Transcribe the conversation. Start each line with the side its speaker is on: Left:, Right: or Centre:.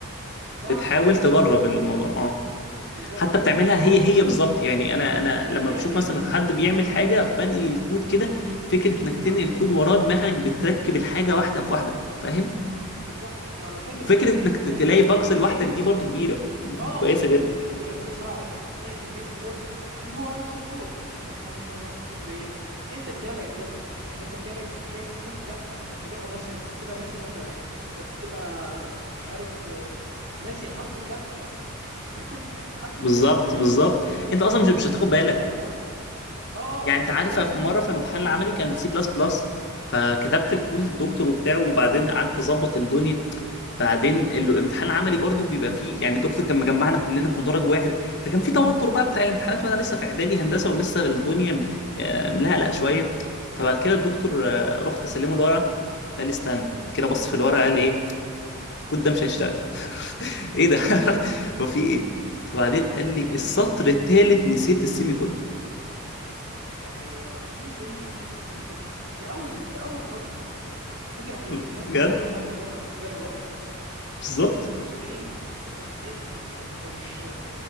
Right: بعمل
Left: بتحاول
Right: انا
Left: تجرب
Right: النقطة دي
Left: الموضوع اه
Right: بالظبط
Left: حتى بتعملها
Right: برن
Left: هي هي
Right: انا
Left: بالظبط
Right: ب...
Left: يعني انا انا لما
Right: هي
Left: بشوف
Right: هي
Left: مثلا حد بيعمل حاجه بنقل الكود كده فكره انك تنقل
Right: وعلى فكرة
Left: كود وراه دماغك بتركب الحاجه واحده بواحده فاهم
Right: بالظبط وعلى فكرة
Left: فكره
Right: بتلاقي
Left: انك ت- تلاقي باجز
Right: كمية
Left: لوحدك دي برضو كبيره دي
Right: اه
Left: كويسه جدا
Right: في ب- انا لسه راح اقول لك بتلاقي كميه ايرورز مع ان هو نفس الكود بس هو مش هو نفس الكود بعينك انت بتقلق جد يعني انت بتقلق انت شايف الكود لا يعني انت بيبقى ناسي بتبقى ناسي نقطه هنا انت بتبقى مش عارف آه، ناسي حرف كابيتال يعني فاهم <laughs> حرف
Left: بالظبط
Right: كابيتال هنا
Left: بالظبط
Right: فاهمني
Left: انت اصلا مش مش
Right: انت
Left: هتاخد
Right: بتبقى
Left: بالك
Right: لا يعني اه
Left: يعني
Right: اه
Left: انت
Right: فانت
Left: عارف
Right: لازما
Left: في مره في امتحان
Right: ترن
Left: العملي
Right: انت
Left: كان سي بلس بلس فكتبت
Right: اه
Left: الكود للدكتور وبتاعه وبعدين قعدت اظبط الدنيا بعدين الامتحان العملي برضو بيبقى فيه يعني الدكتور كان مجمعنا كلنا في مدرج واحد فكان في توتر بقى بتاع الامتحانات وانا لسه في اعدادي هندسه ولسه الدنيا آه، ملهلقه شويه فبعد كده الدكتور آه، رحت اسلمه الورقه فقال لي استنى بعد كده بص في الورقه قال لي ايه الكود ده مش هيشتغل <laughs> ايه ده <laughs> هو في ايه فبعدين قال لي
Right: فكره
Left: السطر
Right: في ايه
Left: الثالث نسيت السيمي كولون
Right: ايوه السيمي كولون ومشاكل السيمي كولون دي اول ده اول بجز تعرضنا لها الفكره في ايه
Left: بجد
Right: ان انت عمرك ما هتعرف الايرور في خلال الورقه
Left: بالظبط
Right: انت مستحيل انت مستحيل انت انت انت مش